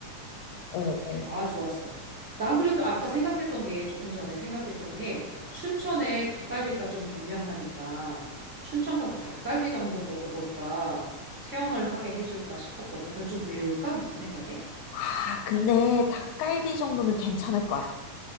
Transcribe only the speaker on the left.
어,
어.
아, 근데 닭갈비 정도는 괜찮을 거야.